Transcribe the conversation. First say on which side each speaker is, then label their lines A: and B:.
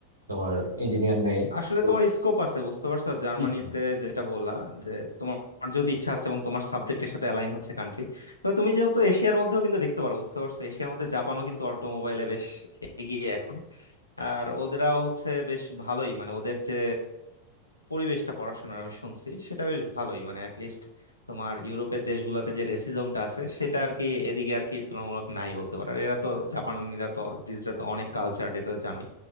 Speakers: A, on the right; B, on the left.
A: তোমার ইঞ্জিনিয়ার নেয়
B: আসলে
A: তো
B: তোমার স্কোপ আছে বুঝতে পারছো জার্মানিতে
A: হুম
B: যেটা বললা যে তোমার যদি ইচ্ছা আছে এবং তোমার সাবজেক্টের সাথে অ্যালাইন হচ্ছে কান্ট্রি তবে তুমি যেহেতু এশিয়ার মধ্যেও কিন্তু দেখতে পারো বুঝতে পারছো এশিয়ার মধ্যে জাপানও কিন্তু অটোমোবাইলে বেশ এগিয়ে এখন আর ওদেরাও হচ্ছে বেশ ভালোই মানে ওদের যে পরিবেশটা পড়াশোনার আমি শুনছি সেটা বেশ ভালোই মানে অ্যাটলিস্ট তোমার ইউরোপের দেশগুলোতে যে রেসিজমটা আছে সেটা আর কি এদিকে আর কি তুলনামূলক নাই বলতে পারো আর এরা তো জাপানিরা তো ডিজরা তো অনেক কালচার এটা তো জানোই